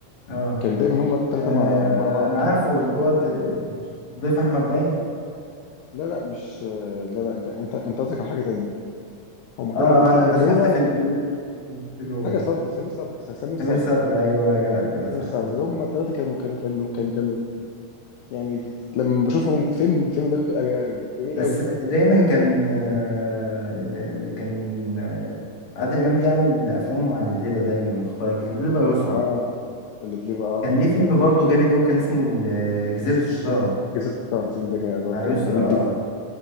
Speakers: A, on the left (about 60°); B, on the left (about 75°).
A: اه
B: كان دايما هما التلاتة
A: آه،
B: مع مع بعض
A: انا عارفه اللي هو ض- ضيف احمد باين
B: لا لا مش لا لا انت انت انت قصدك على حاجة تانية هما كانوا
A: اه
B: بتلاقي
A: انا دخلت
B: اللي هو
A: في الفلان قلت له
B: حاجة صبري سمير صبري س- سمير
A: سمير
B: صبري
A: صبري ايوه يا جدع يا جدع صح
B: سمير صبري
A: صح
B: هما التلاتة كانوا كانوا كانوا كانوا كانوا يعني لما بشوفهم في فيلم الفيلم ده بيبقى ج- جميل
A: بس
B: قوي
A: دايما كان آه، آه، كان آه، عادل امام بيعمل افلامه مع لبلبه دايما خد بالك لبلبه يسرى
B: اه اللي بيبقى اه
A: كان ليه
B: آه،
A: فيلم
B: فعلا
A: برضه جامد قوي كان اسمه ال- آه، جزيره
B: جزيرة
A: الشيطان
B: الشيطان الفيلم ده كان برضه
A: مع يسرى
B: جميل
A: اه
B: جدا